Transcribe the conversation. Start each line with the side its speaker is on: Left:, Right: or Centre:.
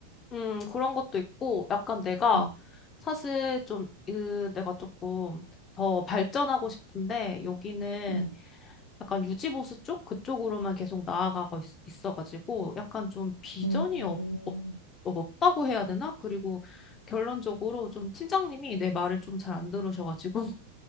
Left: 음, 그런 것도 있고, 약간 내가
Right: 응,
Left: 사실 좀, 으, 내가 조금 더 발전하고 싶은데, 여기는
Right: 응,
Left: 약간 유지보수 쪽 그쪽으로만 계속 나아가고 있, 어가지고 약간 좀 비전이
Right: 음,
Left: 없, 없, 없다고 해야 되나? 그리고 결론적으로 좀 팀장님이 내 말을 좀 잘 안 들으셔가지고